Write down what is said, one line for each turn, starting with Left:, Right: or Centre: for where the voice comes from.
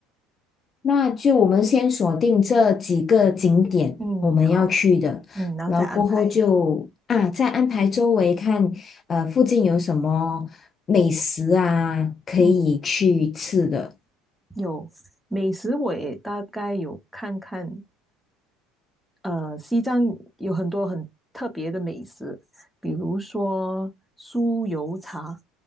Left: 那就我们先锁定这几个景点我们要去的，
Centre: 嗯，好，嗯，然后再安排。
Left: 然后过后就啊再安排周围看，呃附近有什么美食啊可以去吃的。
Centre: 嗯。有美食，我也大概有看看。呃，西藏有很多很特别的美食，比如说酥油茶